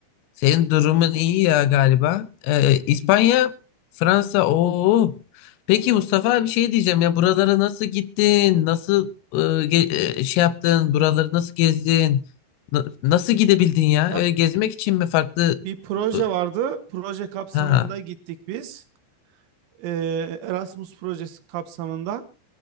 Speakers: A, on the left (about 80°); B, on the right (about 85°).
A: Senin durumun iyi ya galiba. Ee, İspanya, Fransa, oo. Peki Mustafa bir şey diyeceğim ya buralara nasıl gittin? Nasıl e, ge- e, şey yaptın? Buraları nasıl gezdin? Na- nasıl gidebildin ya?
B: Ya
A: Öyle gezmek için mi farklı?
B: bir proje
A: e,
B: vardı. Proje kapsamında
A: Ha.
B: gittik biz. Eee, Erasmus projesi kapsamında